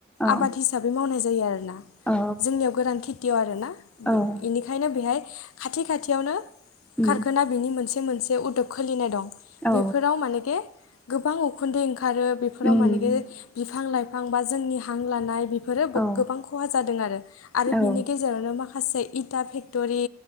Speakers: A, in the centre; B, on the left (about 85°).
A: औ
B: आबाद हिसाबै मावनाय जायो आरोना
A: औ
B: जोंनियाव गोरान खेथियाव आरोना।
A: औ।
B: बेनिखायनो बेहाय खाथि खाथियावनो
A: उम
B: खारखाना बेनि मोनसे मोनसे जे उदग खुलिनाय दं
A: औ
B: बेफोराव मानेखे गोबां उखुन्दै ओंखा ओंखारो बेफोराव
A: उम
B: मानेखे बिफां-लाइफां बा जोंनि हां लानाय बेफोरो
A: औ
B: गोबां खहा जादों आरो आरो
A: औ
B: बिनि गेजेरावनो माखासे इटा फेक फेक्टरि